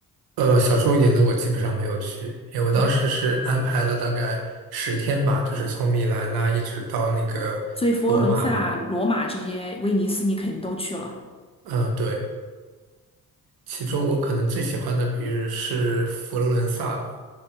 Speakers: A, on the right; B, on the left.
A: 呃，小众一点的我基本上没有去，因为我当时是安排了大概十天吧，
B: 嗯，
A: 就是从米兰呐、一直到那个罗马嘛。
B: 所以佛罗伦萨、罗马这些，威尼斯你肯定都去了。
A: 嗯，对，其中我可能最喜欢的，比如是佛罗伦萨吧。